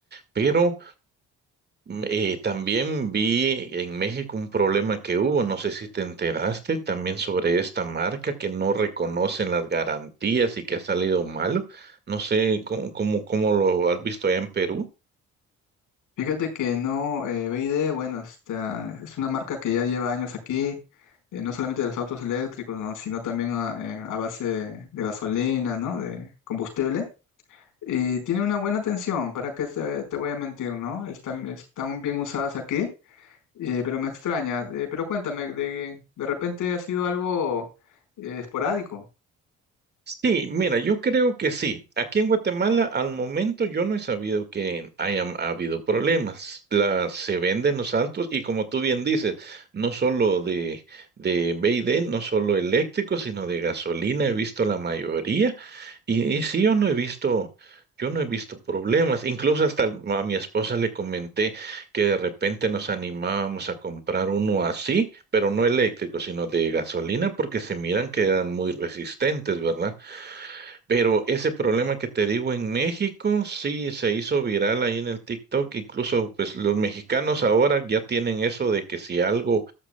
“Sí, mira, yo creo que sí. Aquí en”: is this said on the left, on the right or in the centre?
Right